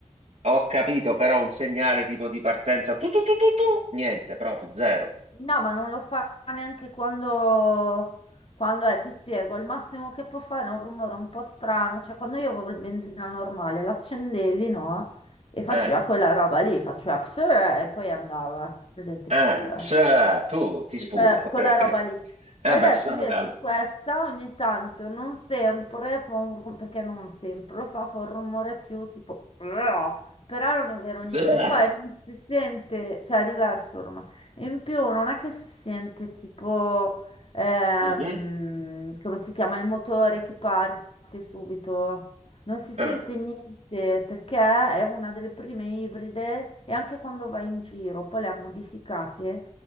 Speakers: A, on the right (about 60°); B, on the left (about 50°).
A: ho capito, però un segnale tipo di partenza, tu, tu, tu, tu, tu, niente, proprio zero.
B: No, ma non lo fa neanche quando, quando è, ti spiego, il massimo che può fare è un rumore un po' strano, cioè quando io avevo il benzina normale, l'accendevi, no? E faceva
A: Eh,
B: quella roba lì, faceva pss, e poi andava, presente,
A: eh,
B: pss,
A: psa, tu ti
B: e
A: sputa,
B: que-
A: ok.
B: quella
A: Eh,
B: roba lì.
A: Vabbè,
B: Adesso
A: stiamo
B: invece
A: calmi.
B: questa ogni tanto, non sempre, fa un rum- perché non sempre, lo fa, fa un rumore più tipo, "Uah", però non è vero niente,
A: Bleh.
B: poi non si sente, cioè è diverso il rumore e in più non è che si sente tipo, ehm,
A: Mhm.
B: come si chiama, il motore che parte subito. Non si sente
A: Eh,
B: niente perché è una delle prime ibride e anche quando vai in giro poi le ha modificate